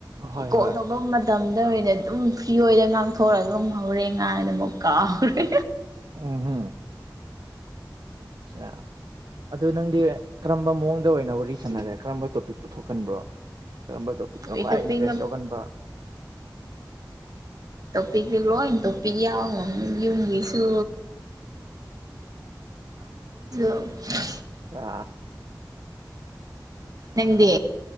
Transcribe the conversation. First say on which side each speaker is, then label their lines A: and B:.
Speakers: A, on the right (about 70°); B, on the right (about 55°).
A: ꯍꯣꯏ
B: ꯀꯣꯜ
A: ꯍꯣꯏ
B: ꯇꯧꯕ ꯃꯇꯝꯗ ꯑꯣꯏꯅ ꯑꯗꯨꯝ ꯐ꯭ꯔꯤ ꯑꯣꯏꯅꯗ ꯉꯥꯡꯊꯣꯛꯑꯒ ꯑꯗꯨꯝ ꯍꯧꯔꯦ ꯉꯥꯡꯕ ꯑꯃꯨꯛ ꯀꯥꯥꯎꯔꯦ
A: ꯎꯝꯍꯨꯝ ꯑꯠꯁꯥ ꯑꯗꯨ ꯅꯪ <unintelligible> ꯀꯔꯝꯕ ꯃꯑꯣꯡꯗ ꯑꯣꯏꯅ ꯋꯥꯔꯤ ꯁꯥꯟꯅꯔꯦ ꯀꯔꯝꯕ ꯇꯣꯄꯤꯛ ꯄꯨꯊꯣꯛꯀꯟꯕ꯭ꯔꯣ ꯀꯔꯝꯕ ꯇꯣ
B: ꯑꯩ
A: ꯈ꯭ꯋꯥꯏ
B: ꯇꯣꯄꯤꯛꯅ
A: ꯏꯟꯇꯔꯦꯁ ꯌꯥꯎꯒꯟꯕ
B: ꯇꯣꯄꯤꯛꯁꯦ ꯂꯣꯏ ꯇꯣꯄꯤꯛ ꯌꯥꯎꯔꯝꯅꯤ ꯌꯨꯝꯒꯤꯁꯨ <unintelligible> <unintelligible>
A: <unintelligible>
B: ꯅꯪꯗꯤ